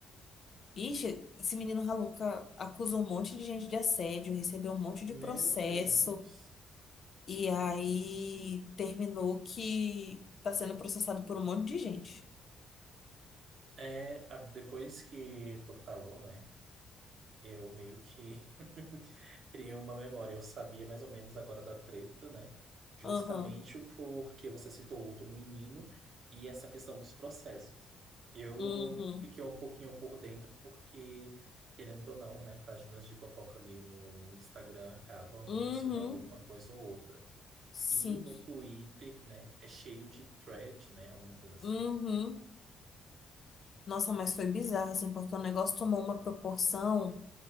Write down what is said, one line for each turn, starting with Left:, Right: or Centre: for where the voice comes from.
Left: Ixi, esse menino Raluca acusou um monte de gente de assédio, recebeu um monte
Right: Meu
Left: de processo,
Right: Deus.
Left: e aí terminou que tá sendo processado por um monte de gente.
Right: É, a- depois que tu falou, né? Eu meio que <laughs> criei uma memória. Eu sabia mais ou menos agora da treta, né? Justamente
Left: Aham.
Right: porque você citou outro menino e essa questão dos processos. Eu
Left: Uhum,
Right: fiquei um pouquinho por dentro porque, querendo ou não, né? Páginas de fofoca ali no Instagram acabam
Left: uhum,
Right: mencionando alguma coisa ou outra.
Left: sim,
Right: E no Twitter, né? É cheio de thread, né? Alguma coisa assim.
Left: uhum. Nossa, mas foi bizarro, assim, porque o negócio tomou uma proporção.